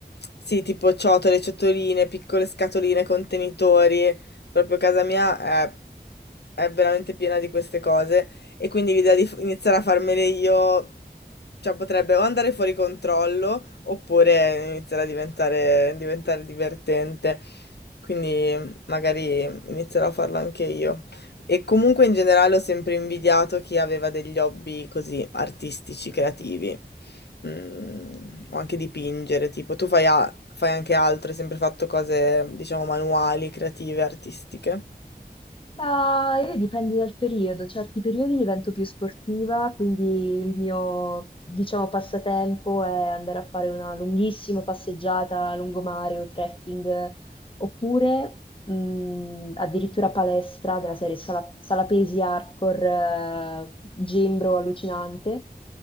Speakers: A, on the left; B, on the left.
A: sì, tipo ciotole, ciotoline, piccole scatoline, contenitori. Proprio casa mia è, è veramente piena di queste cose. E quindi l'idea di f- iniziare a farmele io, cioè potrebbe o andare fuori controllo oppure iniziare a diventare, diventare divertente. Quindi magari inizierò a farlo anche io. E comunque in generale ho sempre invidiato chi aveva degli hobby così artistici, creativi. Mm, o anche dipingere, tipo tu fai, a- fai anche altro, hai sempre fatto cose, diciamo, manuali, creative, artistiche.
B: Ma io dipende dal periodo, certi periodi divento più sportiva, quindi il mio, diciamo, passatempo è andare a fare una lunghissima passeggiata a lungomare o trekking, oppure Mhmm, addirittura palestra della serie sala sala pesi hardcore, eh, gembro allucinante,